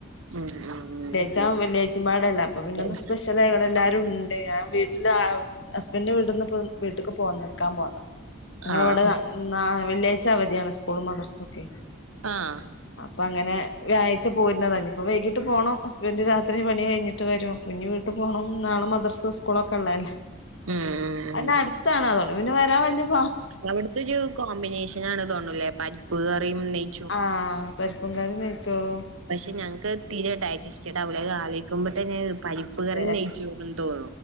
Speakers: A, on the right; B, on the left.
A: ഉം ഉം ഉം
B: വെള്ളിയഴ്ച വെള്ളിയാഴ്ചയും പാടല്ല അപ്പൊ പിന്നെ
A: ഉം
B: ഒന്ന്സ്പെഷ്യലായി എല്ലാരും ണ്ട് ഞാൻ വീട്ടിലാ ഹസ്ബൻ്റ്ന്റെ വീട്ട്ന്ന് വീട്ടേക്ക് പോ നിക്കാൻ പോന്ന ഞങ്ങളവിടെ
A: ആ
B: എന്നാ വെള്ളിയാഴ്ച അവധിയാണ് സ്കൂളും മദർസൊക്കെ
A: ആഹ്
B: അപ്പൊ അങ്ങനെ വ്യാഴ്ച പോരുന്നത ഇപ്പൊ വൈകിട്ട് പോണം ഹസ്ബന്ഡ് രാത്രി ഇത്രയും പണി കഴിഞ്ഞിട്ട് വരും ഇപ്പിനി വീട്ടിപോണം നാളെ മദ്രസെം സ്കൂളൊക്കൊള്ളതല്ലേ.
A: ഉം ഉം ഉം
B: അയിനടുത്താണതോണ്ട് പിന്നെ വരാൻ വല്യ-
A: അവിടത്തെൊരു കോമ്പിനേഷൻ ആണ് തോന്നൂലേ പരിപ്പൂ കറിയും നെയ്
B: ആഹ് പരിപ്പും കറിയും നെയ്ച്ചോറും
A: പക്ഷെ ഞങ്ങക്ക് തീരെ ഡൈജസ്റ്റഡ് ആവൂല ആലോചിക്കുമ്പോ തന്നെ പരിപ്പ്
B: അതെ
A: കറിയും നെയച്ചോറുണ്ടോ